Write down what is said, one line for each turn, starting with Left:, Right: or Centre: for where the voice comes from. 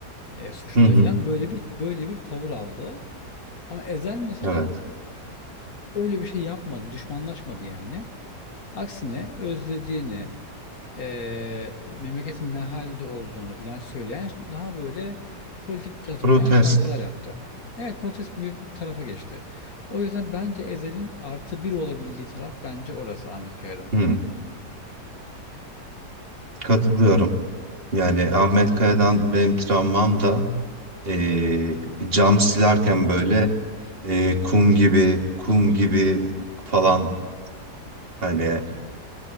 Left: e, suçladı
Right: Hı hı.
Left: filan böyle bir böyle bir tavır aldı. Ama Ezel mesela
Right: Evet.
Left: öyle bir şey yapmadı, düşmanlaşmadı yani. Aksine özlediğini, eee, memleketin ne halde olduğunu filan söyleyen daha böyle politik bir tarafa
Right: Protest.
Left: kayan şarkılar yaptı. Evet protest bir tarafa geçti. O yüzden bence Ezel'in artı bir olabildiği taraf bence orası Ahmet Kaya'dan.
Right: Hı. Katılıyorum. Yani
Left: Evet.
Right: Ahmet Kaya'dan benim travmam da ee, cam silerken böyle ee, kum gibi kum gibi falan hani